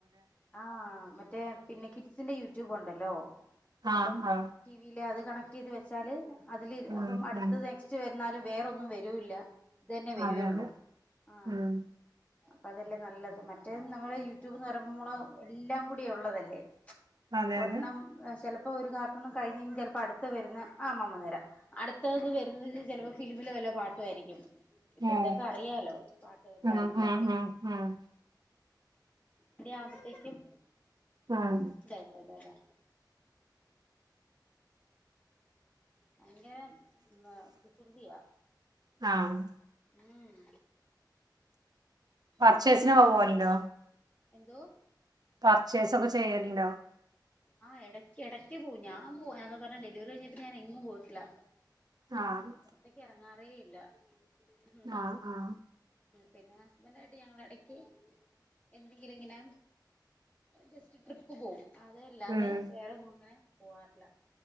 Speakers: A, on the left; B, on the right.
A: ആഹ മറ്റേ പിന്നെ കിഡ്സിന്റെ യൂട്യൂബ് ഉണ്ടല്ലോ അപ്പം
B: ആഹ് ആഹ്
A: ടിവിൽ അത് കണക്ട് ചെയ്ത് വെച്ചാല് അതില്
B: ഉം
A: അപ്പം അടുത്ത്
B: ഉം
A: നെക്സ്റ്റ് വരുന്നാലും വേറൊന്നും വരൂല്ല ഇത് തന്നെ വരുയുള്ളൂ
B: അതെ അതെ
A: ആ
B: ഉം
A: അപ്പൊ അതല്ലേ നല്ലത് മറ്റേ നമ്മള് യൂട്യൂബ് എന്ന് പറയുമ്പോള് എല്ലാം കൂടി ഉള്ളതല്ലേ
B: അതെ
A: ഒരെണ്ണംണം
B: അതെ
A: ചിലപ്പോ ഓ ഒരു കാർട്ടൂൺ കഴി കഴി ച അടുത്ത വരുന്ന ആമ്മ നേരം അടുത്തത് വരുന്നത് ചപ്പോ ഫ പാട്ടുമായിരിക്കും ഇപ്പോഴത്തേക്ക
B: ഏഹ്
A: അറിയാലോ പാട്ട്
B: ഉം
A: കാര്യങ്ങളൊക്കെ
B: ഉം ഉം ഉം
A: ആവുമ്പോത്തേക്കും
B: ഉം
A: അതെതെ അതെ അതെ ഭയങ്കര കുസൃതിയാ
B: ആഹ്
A: ഉം
B: പർച്ചേസിന
A: അത് കാരണം
B: പോ
A: എപ്പഴും
B: പോലുണ്ടോ
A: എന്തോ
B: പർച്ചേസ ഒക്കെ ചെയ്യലണ്ടോ
A: ആഹ് ഇടയ്ക്ക് ഇടയ്ക്ക് പോവും ഞാൻ പോ ഞാ പറഞ്ഞ ഡെലിവറി കഴിഞ്ഞപ്പെ ഞാൻ എങ്ങും പോയിട്ടില്ല
B: ആഹ്
A: പുറത്തേക്ക് ഇറങ്ങാറേ ഇല്ല ഉ
B: ആഹ് ആഹ്
A: പിന്നെ ഹസ്ബൻഡ ആയിട്ട് ഞങ്ങള ഇടക്ക് എന്തെങ്കിലും ഇങ്ങനെ ജസ്റ്റ് ട്രിപ്പ് പോകും അതല്ല അത
B: ഉം
A: വേറെങ്ങും അങ്ങനെ പോവാറില്ല